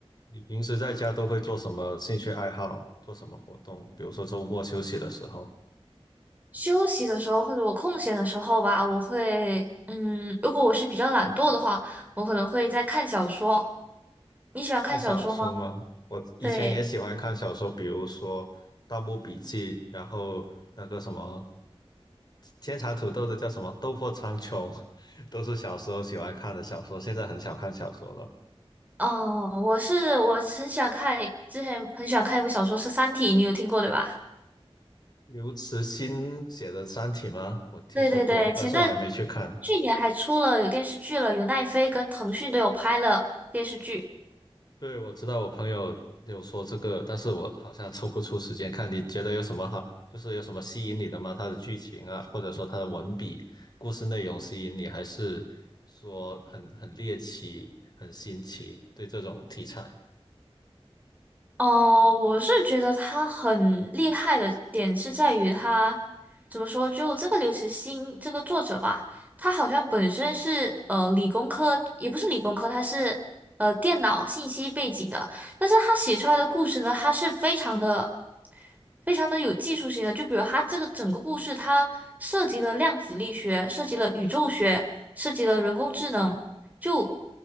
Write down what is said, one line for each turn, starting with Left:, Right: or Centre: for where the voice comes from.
Left: 你平时在家都会做什么兴趣爱好，做什么活动？比如说周末休息的时候，
Right: 休息的时候或者我空闲的时候吧，我会，嗯，如果我是比较懒惰的话，我可能会在看小说。你喜欢看小说吗？
Left: 看小说吗？我以前也喜欢看小说，
Right: 对，
Left: 比如说《盗墓笔记》，然后那个什么天蚕土豆的叫什么《斗破苍穹》，<laughs> 都是小时候喜欢看的小说，现在很少看小说了。
Right: 哦，我是我很喜欢看，之前很喜欢看一部小说是《三体》，你有听过对吧？
Left: 刘慈欣写的《三体》吗？我听说过，
Right: 对对对，前段
Left: 但是我还没去看。
Right: 去年还出了有电视剧了，有奈飞跟腾讯都有拍了电视剧。
Left: 对，我知道我朋友有说这个，但是我好像抽不出时间看。你觉得有什么好，就是有什么吸引你的吗？他的剧情啊，或者说他的文笔、故事内容吸引你，还是说很很猎奇、很新奇？对这种题材，
Right: 哦，我是觉得他很厉害的点是在于他怎么说，就这个刘慈欣这个作者吧，他好像本身是呃理工科，也不是理工科，他是呃电脑信息背景的，但是他写出来的故事呢，他是非常的非常的有技术性的，就比如他这个整个故事，它涉及了量子力学，涉及了宇宙学，涉及了人工智能，就